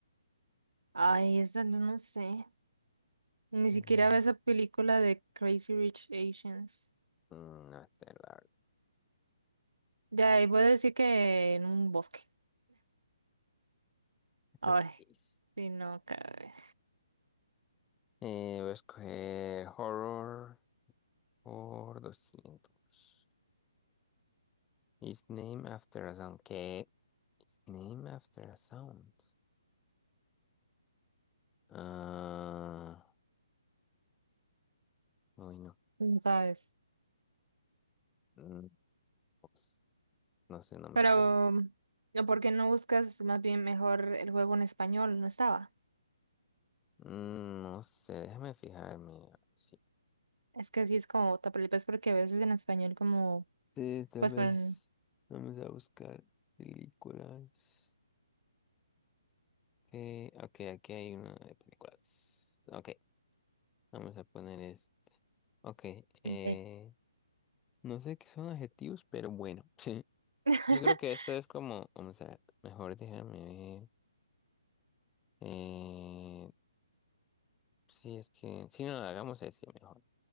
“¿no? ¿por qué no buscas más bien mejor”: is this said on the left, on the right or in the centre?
Right